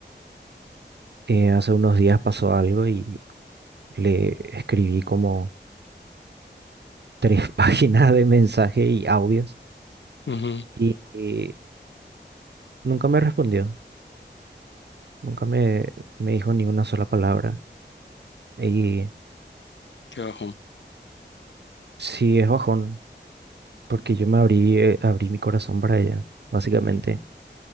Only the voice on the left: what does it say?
Ujú,
qué bajón.